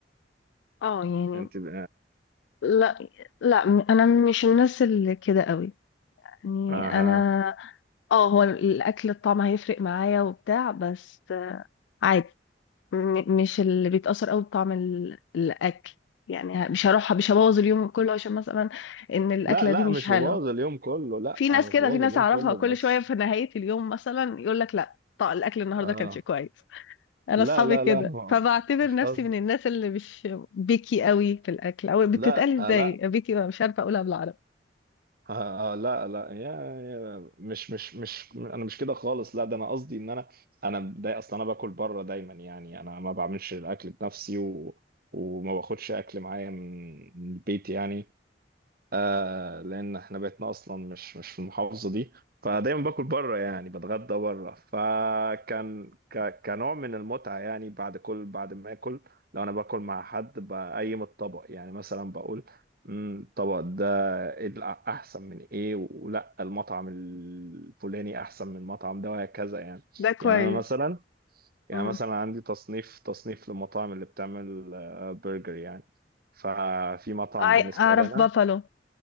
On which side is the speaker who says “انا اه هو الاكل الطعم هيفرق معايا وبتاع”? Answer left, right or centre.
Left